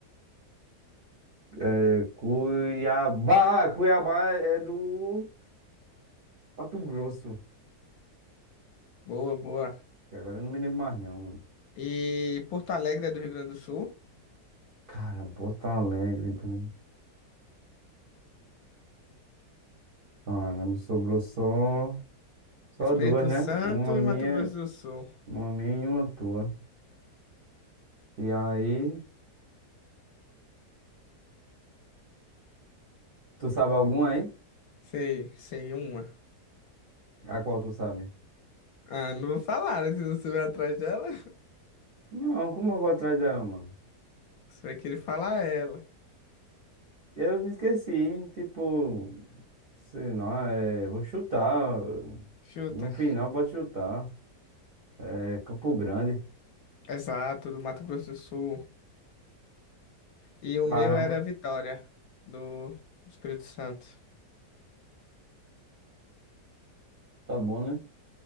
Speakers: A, on the right; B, on the left.
A: É, Cuiabá! Cuiabá é do Mato Grosso.
B: Boa, boa.
A: Que agora eu não me lembro mais, não.
B: E Porto Alegre é do Rio Grande do Sul,
A: Caramba, Porto Alegre, cara. Caramba, sobrou só, só
B: Espírito
A: duas, né?
B: Santo
A: Uma minha,
B: e Mato Grosso do Sul.
A: uma minha e uma tua. E aí, tu sabe alguma aí?
B: Sei, sei uma.
A: A qual tu sabe?
B: Ah, não vou falar, né, que se você vai atrás dela.
A: Não, como eu vou atrás dela, mano?
B: Você vai querer falar ela.
A: Eu me esqueci, tipo, sei lá, é, vou chutar.
B: Chuta.
A: No final pode chutar. É Campo Grande.
B: Exato, do Mato Grosso do Sul. E o
A: Caramba,
B: meu era Vitória, do Espírito Santo.
A: tá bom, né?